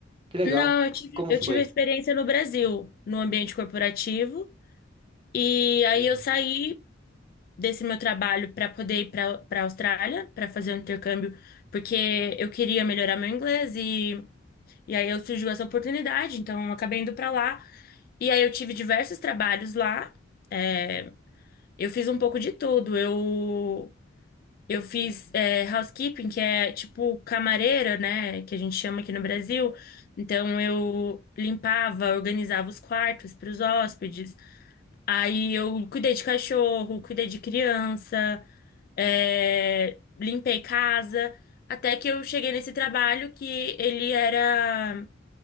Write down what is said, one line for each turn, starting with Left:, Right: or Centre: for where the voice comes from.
Right: Que legal.
Left: Não, eu tive,
Right: E como
Left: eu
Right: foi?
Left: tive a experiência no Brasil, no ambiente corporativo, e aí
Right: Que Legal.
Left: eu saí desse meu trabalho para poder ir para para Austrália, para fazer um intercâmbio, porque eu queria melhorar meu inglês e, e aí eu surgiu essa oportunidade, então eu acabei indo para lá. E aí eu tive diversos trabalhos lá. É, eu fiz um pouco de tudo. Eu eu fiz é, housekeeping, que é tipo camareira, né? Que a gente chama aqui no Brasil. Então eu limpava, organizava os quartos para os hóspedes. Aí eu cuidei de cachorro, cuidei de criança, é, limpei casa. Até que eu cheguei nesse trabalho que ele era,